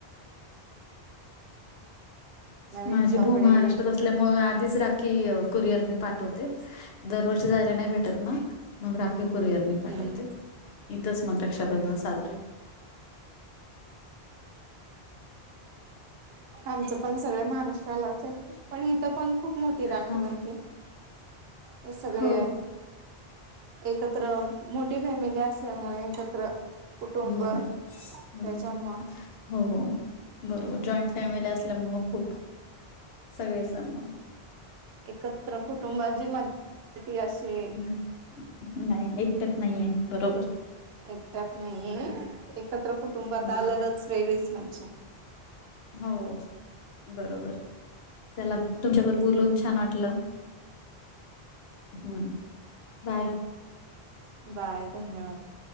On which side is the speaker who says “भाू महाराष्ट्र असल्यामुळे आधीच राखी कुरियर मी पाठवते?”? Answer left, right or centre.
Left